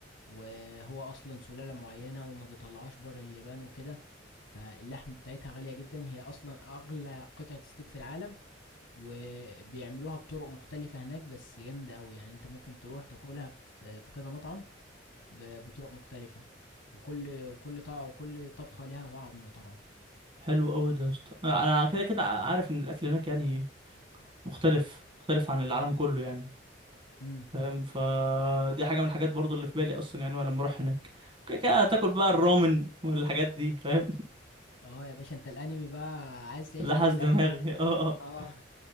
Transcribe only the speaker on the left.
وهو أصلا سلالة معينة وما بيطلعوش بره اليابان وكده فاللحم بتاعتها غالية جدا هي أصلا أغلى قطعة ستيك في العالم وبيعملوها بطرق مختلفة هناك بس جامدة أوي يعني أنت ممكن تروح تاكلها في في كذا مطعم ب- بطرق مختلفة وكل وكل طبق وكل طبخة ليها طعم طبعا
امم
اه يا باشا انت الانمي بقى عايز تعيش
جو الانمي
اه